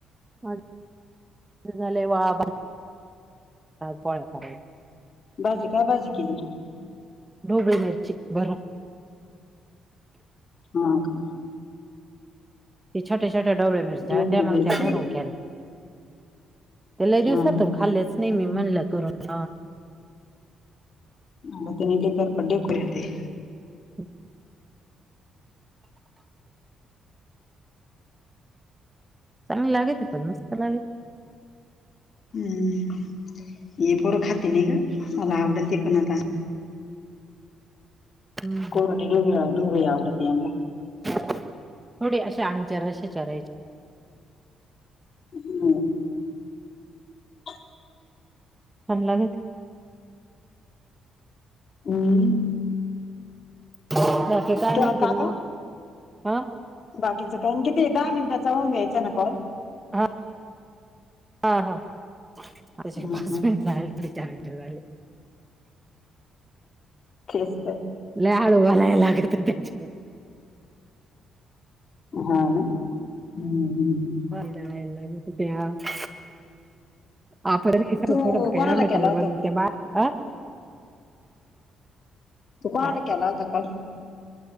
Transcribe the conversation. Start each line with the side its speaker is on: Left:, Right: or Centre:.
Right: अ झाले वाला पोळ्या करायची
Left: बाजी काय बाजी केली तू
Right: ढोबळी मिरची भरून
Left: हा का
Right: ती छोटे छोटेडबळे मिरचे
Left: ढोबळी
Right: त्या मग
Left: मिरची
Right: त्या निरून केले त्याला दिवसातून
Left: हा ना
Right: खाल्लेच नाही
Left: हम्म
Right: मी म्हणलं करून
Left: हा त्याने ते करपट ढेकर येते
Right: ह चांगली लागे ते पण मस्त लागे
Left: हम्म ये पोरं खाते नाही ग मला आवडते पण आता
Right: हम्म
Left: कोरडी डोब ढोबळी आवडतीया.
Right: थोडी अशा आंगचरशे चरायचे.
Left: <inaudible> <inaudible>
Right: छान लागे ते
Left: हम्म
Right: बाकी काय
Left: का
Right: म्हणते
Left: का
Right: मग
Left: ग
Right: हा
Left: बाकीचं टाइम किती आहे. दहा मिनिटाचा होऊन द्यायचा ना कॉल
Right: ह हा हा
Left: हा
Right: तुझे पाच
Left: हा
Right: मिनट झाले. चार मिनटं झाले.
Left: तेच तर
Right: लई हळू बोलायला लागत त्याच्यात
Left: हा ना हम्म हम्म
Right: हल जाला एना क तुत आपण आहे थोडं
Left: तू
Right: थोडं खाऊया
Left: कोणाला
Right: का
Left: केला
Right: त्यांच्यासोबत
Left: होता
Right: भाकर
Left: तू कोणाला
Right: काय
Left: केला होता काण